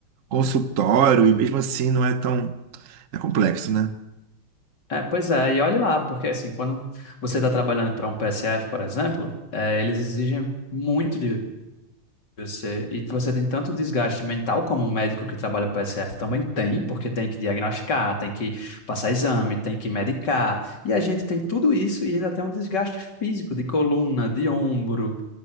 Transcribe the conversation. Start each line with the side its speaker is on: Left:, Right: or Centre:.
Right: consultório e mesmo assim não é tão, é complexo, né?
Left: É, pois é, e olhe lá, porque assim, quando você está trabalhando para um PSF, por exemplo, é, eles exigem muito de Você, e você tem tanto desgaste mental como um médico que trabalha para SF também tem, porque tem que diagnosticar, tem que passar exame, tem que medicar. E a gente tem tudo isso e ainda tem um desgaste físico de coluna, de ombro,